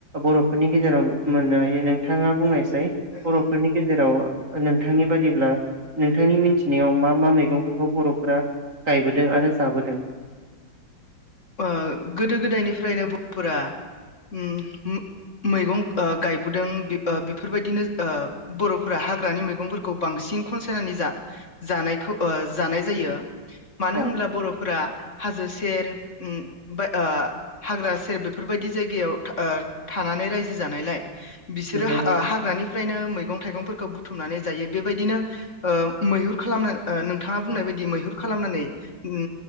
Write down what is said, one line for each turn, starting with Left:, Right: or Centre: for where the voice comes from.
Right: बर'फोरनि गेजेराव मोननो हायो नोंथाङा बुंनायस जाय
Left: ओं
Right: बर'फोरनि गेजेराव नोंथांनि बादिब्ला नोंथांनि मिनथिनायाव मा मा मैगंफोरखौ बर'फोरा गायबोदों आरो जाबोदों
Left: ओ गोदो गोदायनिफ्रायनो बर'फोरा ओमहुम मैगं ओ गायबोदों बि ओ बेफोरबायदिनो ओ बर' फोरा हाग्रानि मैगंफोरखौ बांसिन खनसायनानै जा जानायखौ ओ जानाय जायो मानो
Right: औ
Left: होमब्ला बर'फोरा हाजो से सेर उम बाय ओ हाग्रा सेर बेफोर बायदि जायगायाव था ओ थानानै रायजो जानायलाय बिसोरो
Right: नंगौ
Left: हा
Right: नंगौ
Left: ओ हाग्रानिफ्रायनो मैगं थाइगंफोरखौ बुथुमनानै जायो बेबायदिनो ओ मैहुर खालामनानै ओ नोंथाङा बुंनाय बायदि मैहुर खालामनानै उम